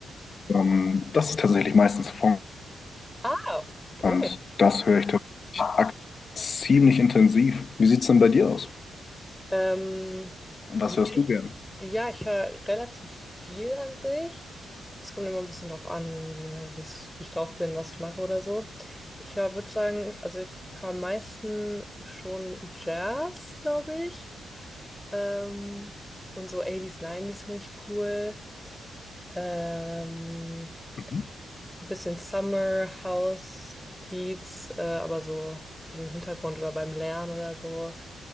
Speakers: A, on the left; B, in the centre.
A: ähm, das ist tatsächlich meistens Funk.
B: Ah, okay.
A: Und das höre ich tatsächlich ak- ziemlich intensiv. Wie sieht es denn bei dir aus?
B: Ähm,
A: Was
B: bei mir,
A: hörst du gerne?
B: ja, ich höre relativ viel an sich. Es kommt immer ein bisschen drauf an, wie, mir- wie's- wie ich drauf bin, was ich mache oder so. Ich höre, würde sagen, also ich höre am meisten schon Jazz, glaube ich. Ähm, und so 80s, finde ich cool. Ähm,
A: Mhm.
B: ein bisschen Summer House Beats, äh, aber so für den Hintergrund oder beim Lernen oder so.